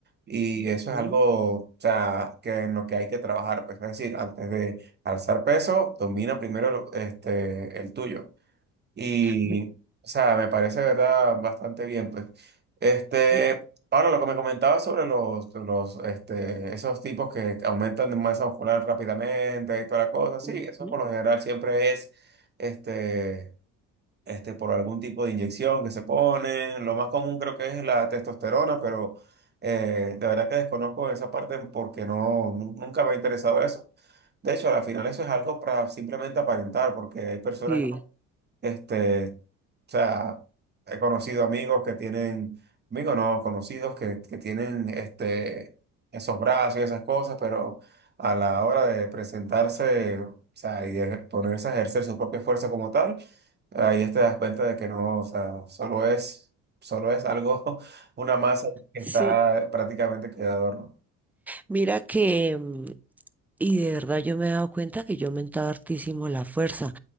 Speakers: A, on the right; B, in the centre.
A: Y eso es
B: Ujú.
A: algo, o sea, que en lo que hay que trabajar. pues, es decir, antes de alzar peso, domina primero lo- este, el tuyo. Y,
B: Mi-
A: o sea, me parece, de verdad, bastante bien, pues. Este,
B: mi-
A: ahora lo que me comentaba sobre los, los, este, esos tipos que aumentan de masa muscular rápidamente y toda la cosa, sí,
B: ujú.
A: eso por lo general siempre es, este, este, por algún tipo de inyección que se ponen. Lo más común creo que es la testosterona, pero eh, de verdad que desconozco esa parte porque no, nu- nunca me ha interesado eso. De hecho, al final eso es algo para simplemente aparentar, porque hay personas
B: Sí.
A: este, o sea, he conocido amigos que tienen, amigos no, conocidos que, que tienen este, esos brazos y esas cosas, pero a la hora de presentarse, o sea, y de ponerse a ejercer su propia fuerza como tal, ahí te das cuenta de que no, o sea, solo es, solo es algo, <laughs> una masa que
B: Sí.
A: está prácticamente que de adorno.
B: Mira que, mm, y de verdad yo me he dado cuenta que yo he aumentado hartísimo la fuerza,